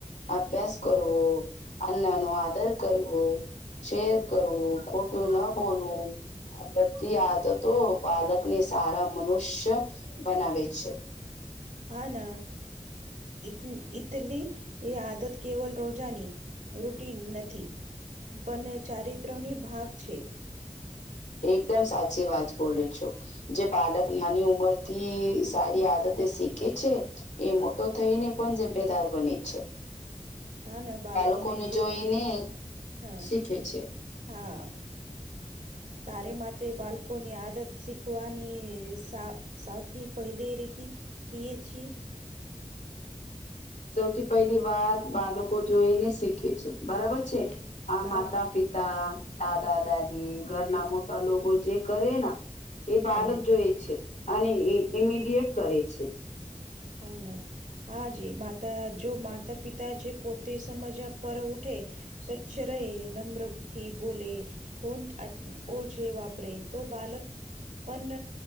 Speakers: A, on the left; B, on the right.
A: અભ્યાસ કરરવ અનાનું આધર કરરવ શેર કરવું ખોટું ના બોલવું. આ બધી આદતો પાલકને સારા મનુષ્ય બનાવે છે.
B: હા, ના. ઈ ઈટલી એ આદત કેવલ રોજાની રૂટી નથી પણ ચારિત્રની ભાગ છે.
A: એકદમ સાચી વાત બોલું છું. જે બાળક નાની ઉંમર થી સારી આદતે શીખે છે. એ મોટો થઈને પણ ઝમ્મેદાર બને છે.
B: હા ને બાળકોને
A: બાળકો ને
B: જેઓની
A: જોઈને
B: હા
A: શીખે છે.
B: હા. તારે માટે બાળકોની આદત શીખવાની સૌથી પહેલી રી એ જ
A: સૌથી પહેલી વાર બાળકો જોઈ ને શીખે છે બરાબર છે. આ
B: હા
A: માતા પિતા દાદા દાદી ઘરના મોટા લોકો જે. કરે ના એ
B: હા
A: બાળક
B: હા
A: જોય છે અને ઇમીડિયટ કરે છે.
B: હ ના. હાજી માતા જો માતા પિતા છે પોતે સમજ પર ઉઠે. સ્વચછ રહે નમ્રથી બોલે. ફોન ઓ જે વાપરે તો બાલક પણ